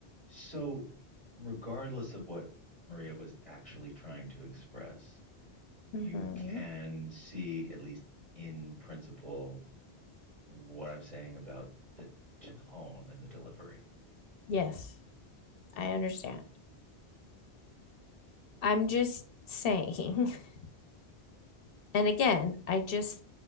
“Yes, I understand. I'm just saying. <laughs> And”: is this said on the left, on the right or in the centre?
Left